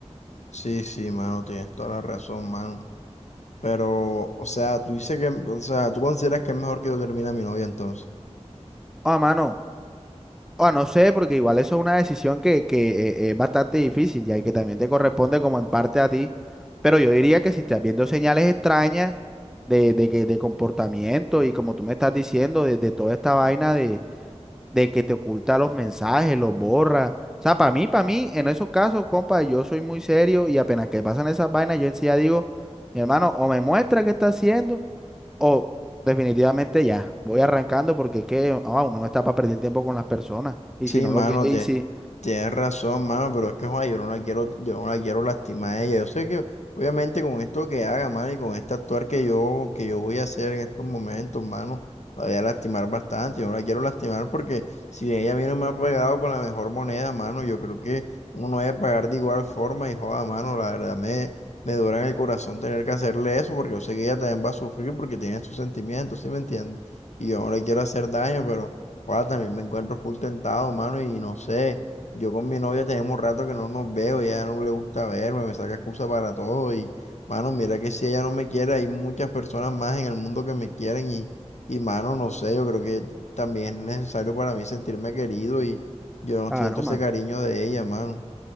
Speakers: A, on the left; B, in the centre.
A: Sí, sí, mano, tienes toda la razón, mano. Pero, o sea, tú dices que, o sea, tú consideras que es mejor que yo termine a mi novia entonces.
B: Ah, mano. Ah, no sé, porque igual eso es una decisión que, que eh, es bastante difícil ya, y que también te corresponde como en parte a ti. Pero yo diría que si estás viendo señales extrañas de, de, que, de comportamiento y como tú me estás diciendo, de, de toda esta vaina de, de que te oculta los mensajes, los borra. O sea, para mí, para mí, en esos casos, compa, yo soy muy serio y apenas que pasan esas vainas, yo en sí ya digo, mi hermano, o me muestra qué está haciendo. O definitivamente ya, voy arrancando porque es que ah, uno no está para perder tiempo con las personas. Y
A: Sí,
B: si no
A: mano,
B: lo quiere,
A: te
B: y si,
A: Tienes razón, mano, pero es que, joder, yo no la quiero, yo no la quiero lastimar a ella. Yo sé que, obviamente, con esto que haga, mano, y con este actuar que yo, que yo voy a hacer en estos momentos, mano, la voy a lastimar bastante. Yo no la quiero lastimar porque si ella a mí no me ha pagado con la mejor moneda, mano, yo creo que uno no debe pagar de igual forma y, joda, mano, la verdad me, me dura en el corazón tener que hacerle eso porque yo sé que ella también va a sufrir porque tiene sus sentimientos, ¿sí me entiendes? Y yo no le quiero hacer daño, pero, joda, también me encuentro full tentado, mano, y no sé. Yo con mi novia tenemos rato que no nos veo, ya no le gusta verme, me saca excusa para todo y, mano, mira que si ella no me quiere, hay muchas personas más en el mundo que me quieren y, y, mano, no sé, yo creo que también es necesario para mí sentirme querido y yo no
B: claro,
A: siento ese
B: mano.
A: cariño de ella, mano.